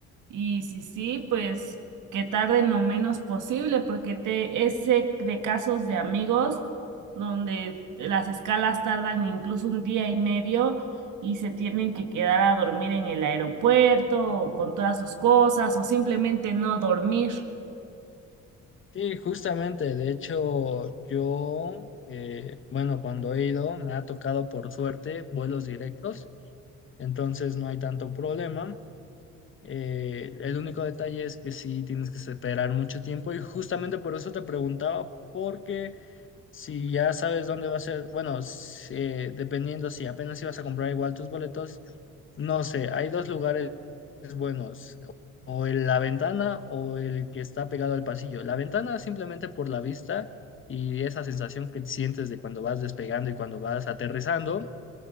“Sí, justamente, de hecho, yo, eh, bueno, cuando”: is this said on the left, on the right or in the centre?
Left